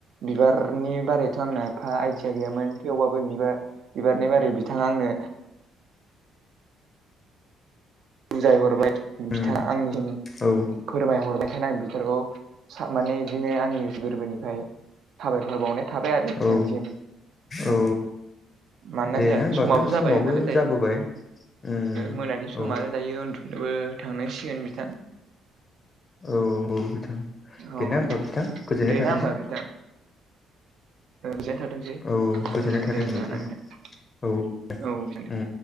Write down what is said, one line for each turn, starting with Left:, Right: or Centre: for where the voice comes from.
Right: बिबारनि बारैथ' आंनो एफा आइडिया गैयामोन थेवबाबो बिबार बिबारनि बारै बिथाङा आंनो बुजायहरबाय
Left: उम
Right: बिथाङा आं दिनि
Left: औ
Right: फोरमायहरनायखायनो आं बिसोरखौ माने बिदिनो आंनि गोसो गोरबोनिफ्राय साबायखर बावनाय थाबाय आरो बिथांनिसिम
Left: औ
Right: <inaudible>
Left: औ
Right: मानोना
Left: दे
Right: जाया
Left: ना होमबा
Right: समाबो
Left: बिथां
Right: जाबाय नालाय दायो
Left: जाबोबाय उम
Right: मोनानि सम
Left: औ
Right: आरो दायो उन्दुनोबो थांनांसिगोन बिथां
Left: औ-औ बिथां
Right: औ
Left: देना होमबा बिथां गोजोननाय
Right: दे
Left: थाथोंसै
Right: ना होमबा बिथां गोजोननाय थाथोंसै
Left: औ गोजोननाय
Right: उम
Left: थाथों
Right: दे होमबा
Left: बिथां
Right: नोंथां
Left: औ
Right: औ दे
Left: उम